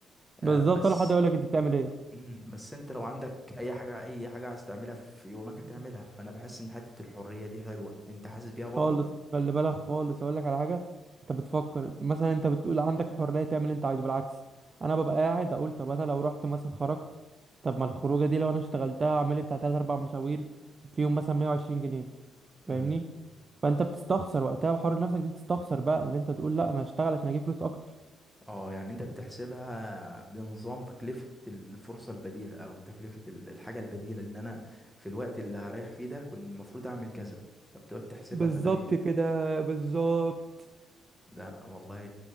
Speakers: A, in the centre; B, on the right (about 35°).
A: آه
B: بالظبط
A: بس
B: ولا حد يقول لك انت بتعمل
A: مم، بس انت لو عندك اي حاجه اي حاجه عايز تعملها في يومك
B: ايه
A: هتعملها فانا بحس ان حته الحريه دي حلوه انت حاسس بيها برضو
B: خالص خلي بالك خالص اقول لك على حاجه انت بتفكر أنت- مثلا انت بتقول عندك حريه تعمل اللي انت عايزه بالعكس انا ببقى قاعد اقول طب انا لو رحت مثلا خرجت طب ما الخروجه دي لو انا اشتغلتها اعمل لي بتاع 3 4 مشاوير فيهم مثلا 120 جنيه فاهمني
A: مم.
B: فانت بتستخسر وقتها وحر نفسك دي بتستخسر بقى اللي انت تقول لا انا هشتغل عشان اجيب فلوس اكتر
A: اه يعني انت بتحسبها بنظام تكلفة الفرصة البديلة او تكلفة ال- الحاجة البديلة ان انا في الوقت اللي هريح فيه ده كنت المفروض اعمل كذا فبتقعد تحسبها
B: بالظبط
A: فده بي
B: كده بالظبط
A: ده والله